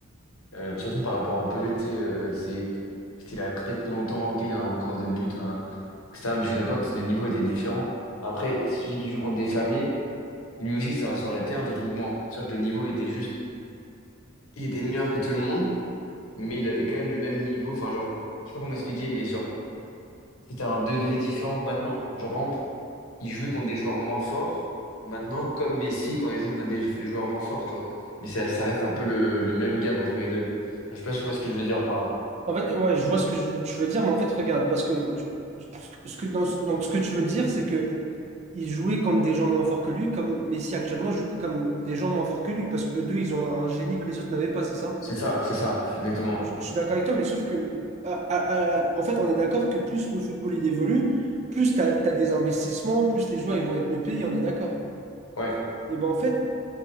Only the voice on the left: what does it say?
Euh, surtout par rapport à Pelé, tu sais, euh, c'est, c'était il y a très très longtemps qu'il a un record de buts, hein, etc. Mais je suis d'accord que le niveau était différent. Après, si tu dis qu'il joue contre des fermiers, lui aussi, ça s'en était un techniquement. C'est sûr que le niveau était juste. Il était meilleur que tout le monde, mais il avait quand même le même niveau. Enfin, genre, je sais pas comment expliquer, mais genre, c'était un degré différent que maintenant. Genre, par exemple, il jouait contre des joueurs moins forts. Maintenant, comme Messi quand il joue contre des jou- joueurs moins forts, tu vois. Mais ça, ça reste un peu le, le même gap entre les deux. Je sais pas si tu vois ce que je veux dire par là.
Donc,
C'est ça, c'est ça,
exactement.
Ouais,